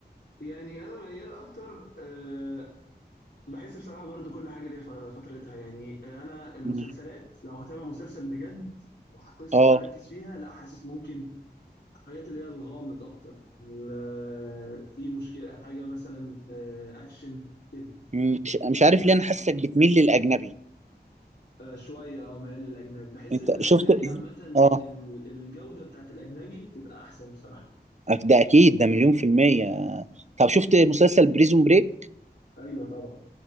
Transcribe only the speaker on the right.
مم.
اه
مم. مش مش
عارف ليه انا حاسك بتميل للاجنبي
انت
شفت
اه
ده اكيد ده مليون في المية طب شفت مسلسل بريزون بريك